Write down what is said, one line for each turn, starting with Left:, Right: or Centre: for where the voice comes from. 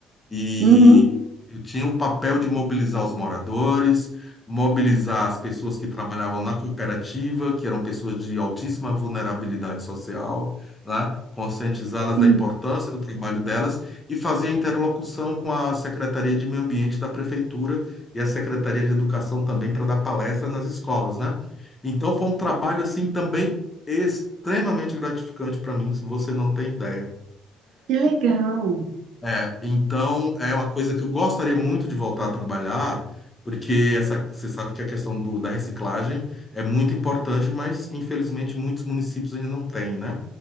Left: E
Right: Uhum.
Left: eu tinha o papel de mobilizar os moradores, mobilizar as pessoas que trabalhavam na cooperativa, que eram pessoas de altíssima vulnerabilidade social, né? Conscientizá-las
Right: Sim,
Left: da importância do trabalho delas e fazer interlocução com a Secretaria de Meio Ambiente da Prefeitura e a Secretaria de Educação também para dar palestra nas escolas, né? Então foi um trabalho assim também extremamente gratificante para mim, você não tem ideia.
Right: que legal.
Left: É, então é uma coisa que eu gostaria muito de voltar a trabalhar, porque essa, você sabe que a questão do, da reciclagem é muito importante, mas infelizmente muitos municípios ainda não têm, né?